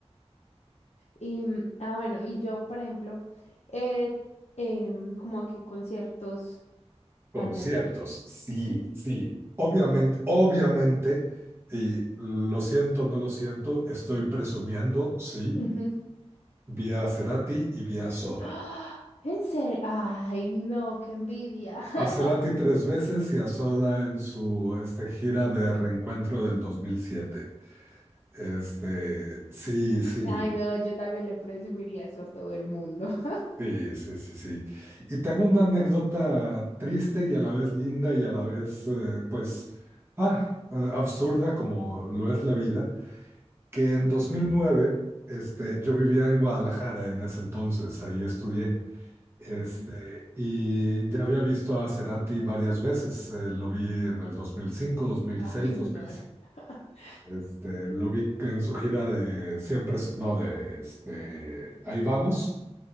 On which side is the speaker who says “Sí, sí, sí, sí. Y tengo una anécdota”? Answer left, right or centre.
Right